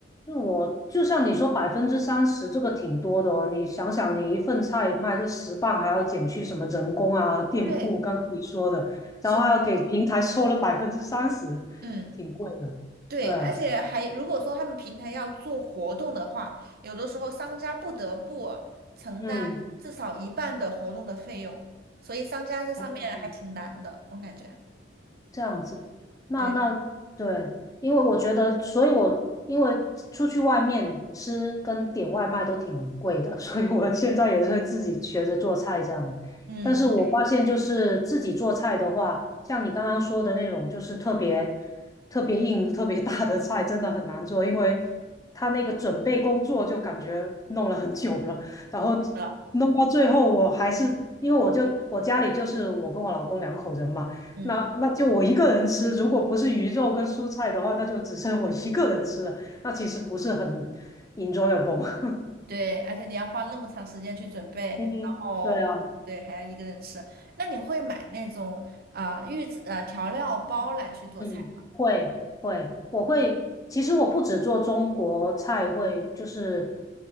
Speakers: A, on the left; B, on the right.
A: 那我就像你说，百分之三十这个挺多的哦。你想想，你一份菜卖个十磅，还要减去什么人工啊、店铺，
B: 对，
A: 刚刚你说的，
B: 是的，
A: 然后还要给平台收了百分之三十，
B: 嗯，
A: 挺贵的。
B: 对，
A: 对啊，
B: 而且还如果说他们平台要做活动的话，有的时候商家不得不承担至少一半的活动的费用，
A: 嗯
B: 所以商家这上面还挺难的，
A: 嗯，
B: 我感觉。
A: 这样子，那那对，
B: 对，
A: 因为我觉得，所以我因为出去外面吃跟点外卖都挺贵的，<laughs> 所以我现在也是会自己学着做菜这样。
B: 嗯，
A: 但是我发现，
B: 是
A: 就是自己做菜的话，像你刚刚说的那种，就是特别特别硬、特别大的菜，真的很难做，因为他那个准备工作就感觉弄了很久了。然后
B: 的，
A: 弄到最后，我还是因为我就我家里就是我跟我老公两口人嘛。
B: 嗯。
A: 那那就我一个人吃，如果不是鱼肉跟蔬菜的话，那就只剩我一个人吃了，那其实不是很 enjoyable。<laughs>
B: 对，而且你要花那么长时间去准备，
A: 嗯，
B: 然后对，
A: 对啊，
B: 还要一个人吃。那你会买那种啊、呃预制呃调料包来去做菜吗？
A: 嗯，会会，我会。其实我不只做中国菜，会就是